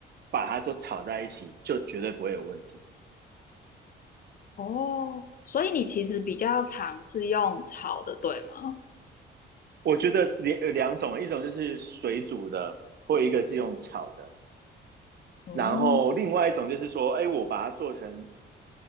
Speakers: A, on the right (about 55°); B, on the left (about 45°).
A: 把它都炒在一起，就绝对不会有问题。
B: 哦，所以你其实比较常是用炒的，对吗？
A: 我觉得两有两种，一种就是水煮的，或一个是用炒的。
B: 哦，
A: 然后另外一种就是说，哎，我把它做成